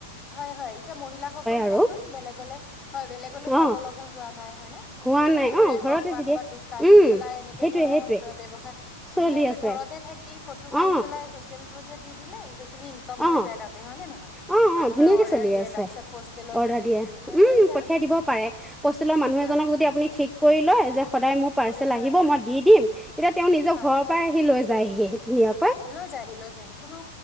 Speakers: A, on the left; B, in the centre.
A: হয় হয় এতিয়া মহিলাসকল
B: আৰু
A: চোৱাচোন বেলেগলে হয় বেলেগলে
B: অ
A: যাব লগা হোৱা নাই হয় নে
B: হোৱা
A: ঘৰে
B: নাই
A: ঘৰে
B: অ ঘৰতে
A: হওক বা
B: তেতিয়া
A: কবাত দোকান
B: উম
A: দি পেলাই এনেকে
B: সেইটোৱে
A: ধৰা
B: সেইটোৱে
A: ব্যয়সায় ধুনীয়াকে
B: চলি আছে
A: ঘৰতে থাকি ফটো মাৰি
B: অ
A: পেলাই চচিয়েল মিডিয়াত দি দিলে সেইখিনি ইনকম
B: অ
A: হৈ যায় তাতে হয় নে নহয়
B: অ অ
A: মানুহে
B: ধুনীয়াকে
A: অৰ্ডাৰ
B: চলি
A: দিয়ে
B: আছে
A: তাৰ পিছত পষ্টেলৰ
B: অৰ্ডাৰ
A: যোগে
B: দিয়ে
A: দি দিলে
B: উম
A: হৈ যায়
B: পঠিয়াই দিব পাৰে পোষ্টেলৰ মানুহ
A: বাৰে
B: এজনক যদি
A: বাৰে
B: আমি ঠিক কৰি লৈ যে সদায়
A: ঠিক
B: মোৰ পাৰ্চেল
A: কৰি লয়
B: আহিব
A: হয়
B: মই দি দিম তেতিয়া তেও নিজৰ
A: হয়
B: ঘৰ পৰাই আহি লৈ যায়হি ধুনীয়াকৈ
A: লৈ যা হি লৈ যা হি কোনো